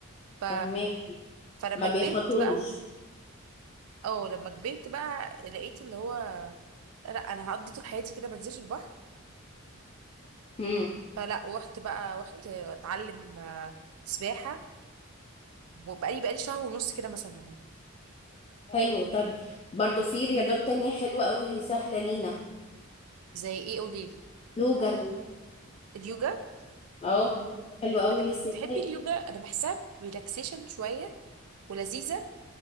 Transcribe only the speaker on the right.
ف...
فلما
كبرت بقى اه لما كبرت بقى لقيت اللي هو لا انا هقضي طول حياتي كده ما انزلش البحر
فلا رحت بقى رحت اتعلم آه، سباحه وبقالي بقالي شهر ونص كده مثلا اهو
زي ايه قولي لي.
اليوجا
بت-
بتحبي اليوجا انا بحسها ريلاكسيشن شويه ولذيذه